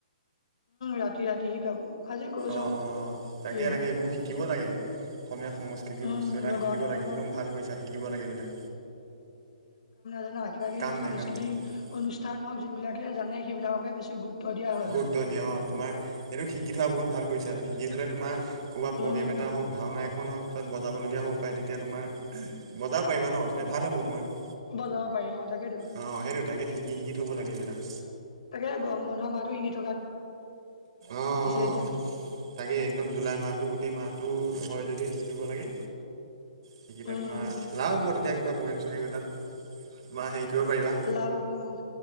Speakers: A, on the left (about 60°); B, on the right (about 45°).
A: ৰাতি-ৰাতি শিকাব আজি গৈ
B: অঁ
A: চাওঁ কি
B: অঁ তাকে
A: হয়?
B: তাকে এইবোৰ শিকিব লাগে। অসমীয়া সংস্কৃতি
A: উম
B: বস্তু এটা
A: লগৰতেও
B: শিকিব লাগে
A: যাব
B: একদম ভাল কৰিছা, শিকিব লাগে এইবিলাক
A: জানা কিবা-কিবি
B: কাম
A: সাংস্কৃতিক
B: নাই কাম নাই
A: অনুষ্ঠান হওক যোনবিলাকে জানে সেইবিলাককে বেছি গুৰুত্ব দিয়া হয়
B: গুৰুত্ব
A: মানে
B: দিয়া অ' তোমাৰ এইটো শিকি থোৱা বহুত ভাল কৰিছা আৰু শিকি থলে তোমাৰ ক'ৰবাত প্ৰগ্ৰেম
A: উম
B: এটা হওক, ভাওনা এখন হওক, তাৰছত বজাবলগীয়া হ'ব পাৰে তেতিয়া তোমাৰ বজাব পাৰিবা ন তেতিয়া ভাল হ'ব তোমাৰ।
A: বজাব পাৰি অ', তাকেইেতো।
B: অ সেইটো তাকে শিকি শিকি থ'ব লাগে এইবিলাক
A: তাকে গৰম বন্ধ মাহটো এনে থাক
B: অ', অ',
A: এতিয়া
B: তাকে একদম জুলাই মাহতটো গোটেই মাহ হয় যদি শিকিব লাগে, শিকিলে
A: উম
B: তোমাৰ লাভ হ'ব তেতিয়া কিবা প্ৰগ্ৰেম সোগ্ৰেম এটাত বা হেৰি কৰিব পাৰিবা
A: লাভ হব অ',